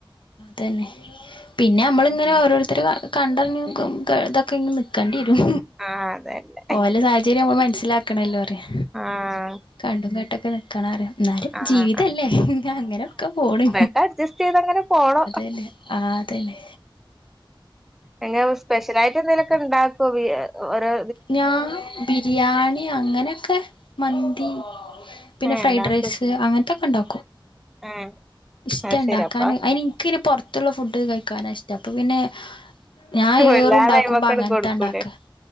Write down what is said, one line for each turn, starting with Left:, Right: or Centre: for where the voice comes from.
Left: തന്നെ പിന്നെ നമ്മൾ ഇങ്ങനെ ഓരോരുത്തര് കണ്ടറിഞ് നിക്കും ഇതൊ ഇതൊക്കെ ഇങ്ങനെ നിക്കേണ്ടി വരും
Centre: ആഹ് അതന്നെ
Left: ഓലെ സാഹചര്യം നമ്മൾ മനസ്സിലാ ക്കണല്ലോ പറയാ
Centre: ആഹ്
Left: കണ്ടും കേട്ടൊക്കെ നിക്കാനാറിയാം എന്നാലും
Centre: ആഹ്
Left: ജീവിതല്ലേ അങ്ങനൊക്കെ പോണ്
Centre: ഒക്കെ അഡ്ജസ്റ്റു ചെയ്തങ്ങനെ പോണു
Left: ആല്ലേ ആതന്നെ
Centre: എങ്ങനവ് സ്പെഷ്യലായിട്ടെന്തേലൊക്കെ ഉണ്ടാക്കുമി ഒരൊ
Left: ഞാ ബിരിയാണി അങ്ങനൊക്കെ മന്തി പിന്നെ
Centre: ഏഹ്
Left: ഫ്രഡ്റൈസ്
Centre: ഇണ്ടാക്കും
Left: അങ്ങനത്തൊക്കെ ഉണ്ടാ
Centre: ഏഹ്
Left: ഇഷ്ട്ടാ
Centre: അത്
Left: ഉണ്ടാക്കാന്
Centre: ശരി അപ്പൊ
Left: അയിനെനിക്കിങ്ങനെ പൊറത്തുള്ള ഫുഡ്ഡു കഴിക്കാനാ ഇഷ് അപ്പൊ പിന്നെ ഞാൻ
Centre: വല്ലാതെ
Left: ഏറുണ്ടാക്കുമ്പോ
Centre: അയ്മക്കട്
Left: അങ്ങനത്തയാ
Centre: കൊടുക്കൂലേ
Left: ഉണ്ടാക്കുക